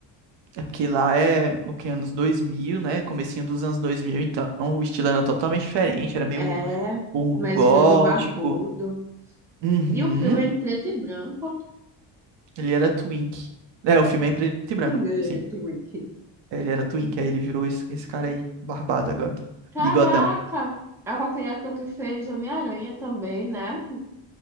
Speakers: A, on the right (about 70°); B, in the centre.
A: É porque lá é o que, anos 2000, né? Comecinho dos anos 2000, então o estilo era totalmente diferente. Era meio
B: é
A: um, um
B: mas
A: gótico.
B: vê-lo barbudo.
A: Uhum.
B: E o filme é em preto e branco.
A: Ele era twink. É, o filme é em preto e branco,
B: Muito
A: sim.
B: wicked.
A: Ele era twink, aí ele virou esse, esse cara aí, barbado agora.
B: Caraca!
A: Bigodão.
B: É com aquele ator que fez Homem-Aranha também, né?